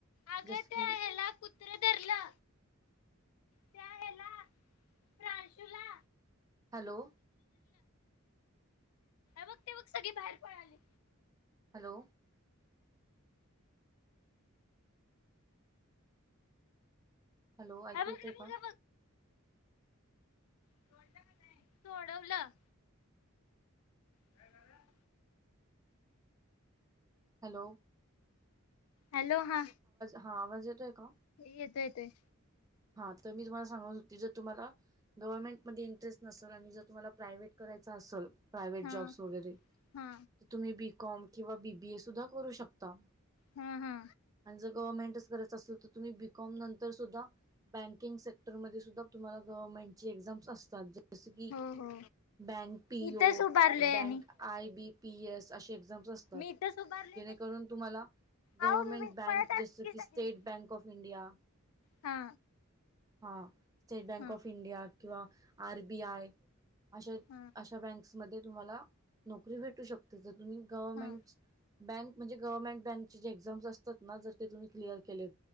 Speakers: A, on the left; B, on the right.
A: अग
B: जस
A: ते
B: की
A: ह्याला कुत्र धरला. त्या हेला प्रांशूला
B: हॅलो
A: ग तेग सगळी बाहेर पळाली.
B: हॅलो. हॅलो ऐकू
A: हे बघ
B: येतय
A: हे बघ
B: का
A: हे सोडल काय नाही सोडवलं. काय झालं.
B: हॅलो.
A: हॅलो हा.
B: हा आवाज येतोय का.
A: येतोय येतोय.
B: हा तर मी तुम्हाला सांगून होते ज तुम्हा गव्हर्नमेंटमध्येध्ये इंटरेस्ट नसेल आणि जर तुम्हा प्रायव्हेट कर. करायच असेल. प्रायव्हेट
A: हा
B: जॉब्स वगैरे तर
A: हा
B: तुम्ही बीकॉम किंवा बीबीए सुद्धा करू शकता.
A: हा
B: आणि जर गवर्मेंटच करायचं असल तर तुम्ही बीकॉम नंतर सुद्धा बँकिंग सेक्टरमध्ये सुद्धा तुम्हाला गव्हर्नमेंटची एक्झाम्स असतात. जस की
A: हो हो
B: बँक पी
A: इथेच
B: ओ
A: उभारलोय
B: bank
A: आणि
B: I B P S अशी एक्झाम असतात.
A: मी इथेच उभारलोय
B: जेणेकरून
A: तर
B: तुम्हाला गव्हर्मेंट
A: आहो मी
B: बँक
A: पळत
B: जस
A: आलो
B: की
A: सगळी
B: स्टेट बँक ऑफ इंडिया.
A: हा.
B: हा स्टेट बँक
A: हा
B: ऑफ इंडिया किंवा आर बी आय अशा
A: हा
B: अशा बँक्समध्ये तुम्हाला नोकरी भेटू शकते जर तुम्ही गवर्मेंट
A: हा
B: बँक म्हणजे गव्हर्मेंट बँकचे जे एक्झा्स असतात ना जर ते तुम्ही क्लिअर केले.